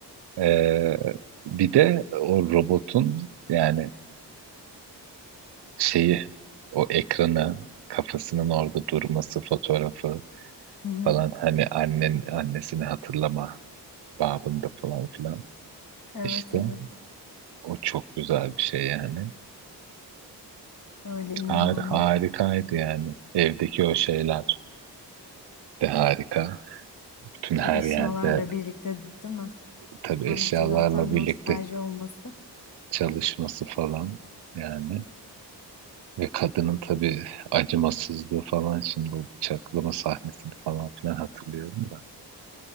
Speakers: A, on the right; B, on the left.
A: Ee, bir de o robotun yani şeyi o ekranı kafasının orada durması fotoğrafı
B: Hı hı.
A: falan hani annen annesini hatırlama babında falan filan
B: Evet
A: işte
B: evet.
A: o çok güzel bir şey yani
B: Öyle inanılmaz.
A: Har harikaydı yani evdeki o şeyler de harika bütün
B: Tabii
A: her
B: eşyalarla
A: yerde
B: birlikte değil mi?
A: tabii
B: Hem
A: eşyalarla
B: bir taraftan
A: birlikte
B: nostalji olması
A: çalışması falan yani Ve kadının tabii acımasızlığı falan şimdi o bıçaklama sahnesini falan filan hatırlıyorum da.